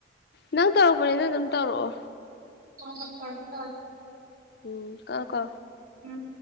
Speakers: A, on the left (about 60°); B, on the right (about 50°).
A: ꯅꯪ ꯇꯧꯔꯛꯄꯅꯤ ꯅꯪ ꯑꯗꯨꯝ ꯇꯧꯔꯛꯑꯣ
B: ꯍꯁꯔ ꯇ
A: ꯎꯝ ꯀ ꯀꯣ
B: ꯎꯝ